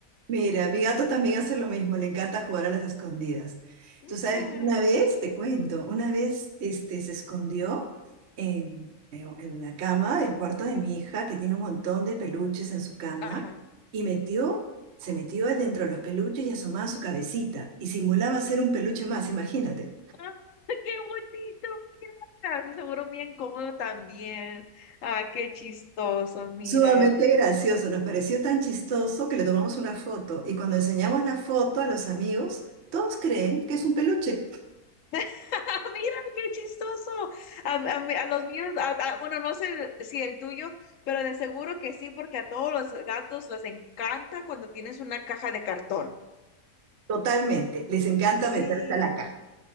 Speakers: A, on the right (about 55°); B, on the left (about 60°).
A: Mira, mi gato también hace lo mismo, le encanta jugar a las escondidas.
B: Mira,
A: Tú sabes que una vez, te cuento, una vez este, se escondió en, en la cama del cuarto de mi hija, que tiene un montón de peluches en su cama,
B: ajá.
A: y metió, se metió él dentro de los peluches y asomaba su cabecita, y simulaba ser un peluche más, imagínate.
B: Ah, <laughs> ¡Qué bonito! Mira, De seguro bien cómodo también. Ah, qué chistoso, mira.
A: Sumamente gracioso, nos pareció tan chistoso que le tomamos una foto, y cuando enseñamos la foto a los amigos, todos creen que es un peluche.
B: <laughs> Mira, qué chistoso. A, a mí- a los míos, a- a- bueno, no sé si el tuyo, pero de seguro que sí, porque a todos los gatos les encanta cuando tienes una caja de cartón.
A: Totalmente, les encanta
B: Sí,
A: meterse a la caja.